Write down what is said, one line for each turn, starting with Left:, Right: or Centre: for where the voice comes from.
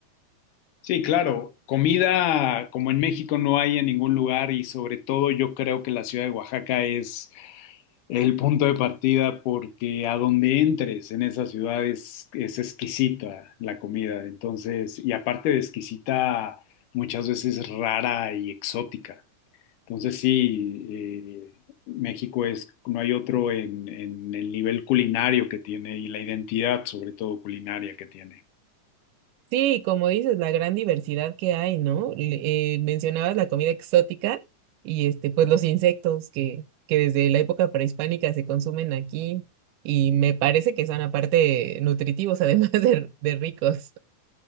Left: Sí, claro, comida como en México no hay en ningún lugar y sobre todo yo creo que la ciudad de Oaxaca es Es el punto de partida porque a donde entres en esa ciudad es, es exquisita la comida. Entonces, y aparte de exquisita, muchas veces rara y exótica. Entonces, sí, eh, México es, no hay otro en, en el nivel culinario que tiene y la identidad, sobre todo culinaria, que tiene.
Right: Sí, como dices, la gran diversidad que hay, ¿no? Le- eh, mencionabas la comida exótica y este, pues los insectos que, que desde la época prehispánica se consumen aquí y me parece que son aparte nutritivos, <laughs> además de, de ricos.